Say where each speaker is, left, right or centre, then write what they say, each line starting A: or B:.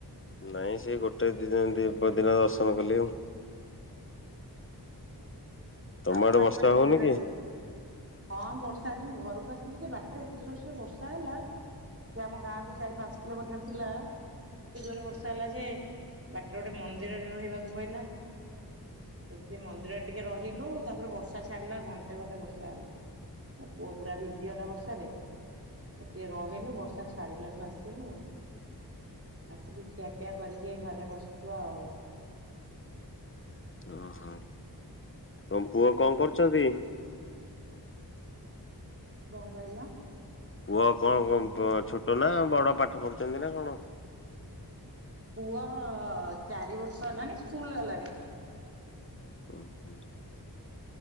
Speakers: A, on the left; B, on the right.
A: ନାଇଁ ସେ ଗୋଟେ ଦିନ ଦିନ ଦର୍ଶନ କଲି ଆଉ। ତମ
B: ଆଉ
A: ଆଡେ
B: କୁଆଡେ
A: ବର୍ଷା
B: କୁଆଡେ ପୁରୀରେ
A: ହଉନି କି?
B: ଯାଇଥିଲ? ହଁ ବର୍ଷା ଆଜି ମୁଁ ଘରକୁ ଆସିଲି ସେ ବାଟରେ ଏତେ ଜୋରସରେ ବର୍ଷା ହେଲା। ସେ ଆମ ଗାଁ ଠୁ ଚାରି ପାଞ୍ଚ କିଲୋମିଟର ଥିଲା ଏତେ ଜୋରରେ ବର୍ଷା ହେଲା ଯେ ବାଟରେ ଗୋଟେ ମନ୍ଦିରରେ ରହିବାକୁ ପଇଲା। ସେଠି ମନ୍ଦିର ଟିକେ ରହିଲୁ ତାପରେ ବର୍ଷା ଛାଡିଲା ଘଣ୍ଟେ ଖଣ୍ଡେ ବର୍ଷା ହେଲା। ମୋ ପୁଅ ପୁରା ଭିଜିଗଲା ବର୍ଷାରେ। ସେଠି ଟିକେ ରହିଲୁ ବର୍ଷା ଛାଡ଼ିଲାଠୁ ଆସିଲୁ। ଆସିକି ଖିଆପିଆ କରିକି ଘରେ ବସିଛୁ ଆଉ।
A: ଓହୋ ତମ ପୁଅ କଣ କରୁଛନ୍ତି?
B: କଣ କହିଲ?
A: ପୁଅ କଣ ଛୋଟ ନା ବଡ ପାଠ ପଢୁଛନ୍ତି ନା କଣ?
B: ପୁଅ ଚାରି ବର୍ଷ ହେଲାଣି ସ୍କୁଲ ଗଲାଣି।
A: ଉଁ ହିଁ।